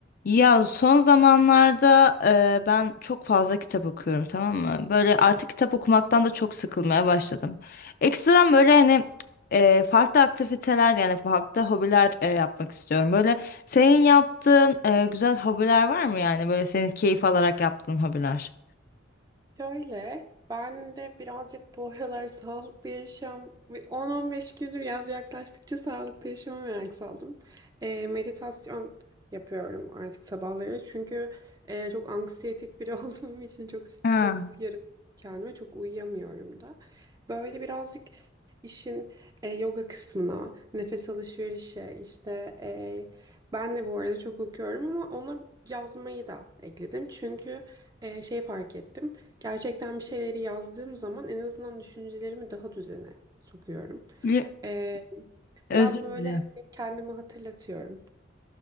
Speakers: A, on the left (about 50°); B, on the right (about 20°).
A: Ya son zamanlarda e, ben çok fazla kitap okuyorum tamam mı? Böyle artık kitap okumaktan da çok sıkılmaya başladım. Ekstradan böyle hani e, farklı aktiviteler yani farklı hobiler e, yapmak istiyorum. Böyle senin yaptığın e, güzel hobiler var mı yani? Böyle senin keyif alarak yaptığın hobiler.
B: Şöyle, ben de birazcık bu aralar sağlıklı yaşam, bir 10-15 gündür yaz yaklaştıkça sağlıklı yaşama merak saldım. Ee, meditasyon yapıyorum artık sabahları. Çünkü e, çok anksiyetik biri <laughs> olduğum için çok stres
A: Ha,
B: yaratıyorum kendime, çok uyuyamıyorum da. Böyle birazcık işin e, yoga kısmına, nefes alışverişe, işte e, ben de bu arada çok okuyorum ama ona yazmayı da ekledim. Çünkü e, şey fark ettim. Gerçekten bir şeyleri yazdığım zaman en azından düşüncelerimi daha düzene sokuyorum.
A: bili-
B: Ee,
A: özür
B: biraz böyle
A: dilerim.
B: hani kendime hatırlatıyorum.